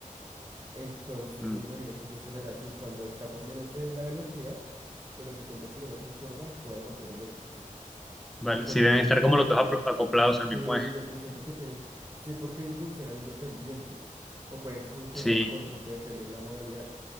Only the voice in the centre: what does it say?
Mm,
vale,
si deben
estar
como los dos apro- acoplados al
mismo eje.
Sí,